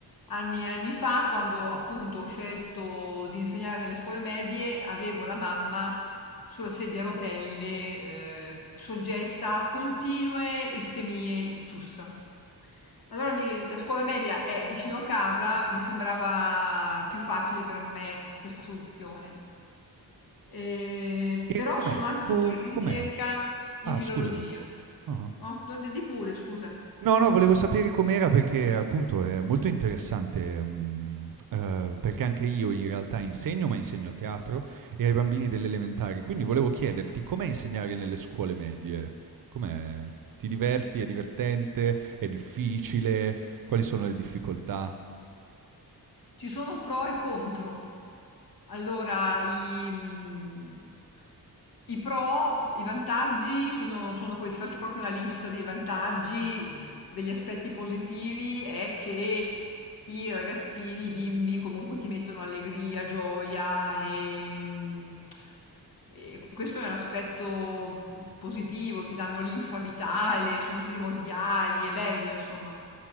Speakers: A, on the left (about 65°); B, on the right (about 60°).
A: anni e anni fa, quando appunto ho scelto di insegnare nelle scuole medie, avevo la mamma sulla sedia a rotelle, eh, soggetta a continue ischemie ictus. Allora mi- la scuola media è vicino a casa, mi sembrava più facile per me questa soluzione. Ehm,
B: E
A: però
B: com'è?
A: sono anche
B: Co-
A: dottore di
B: com'è?
A: ricerca in
B: Ah,
A: filologia.
B: scusami. Ah.
A: No, d di pure, scusa.
B: No, no, volevo sapere com'era perché appunto è molto interessante, mm, eh, perché anche io in realtà insegno, ma insegno teatro e ai bambini delle elementari, quindi volevo chiederti com'è insegnare nelle scuole medie? Com'è? Ti diverti? È divertente? È difficile? Quali sono le difficoltà?
A: Ci sono pro e contro. Allora, i, mhmm, i pro, i vantaggi sono sono questi. Faccio proprio una lista dei vantaggi, d degli aspetti positivi è che, i ragazzini, i bimbi comunque ti mettono allegria, gioia e, mm, e que- questo è un aspetto positivo, ti danno linfa vitale, sono primordiali, è bello, insomma.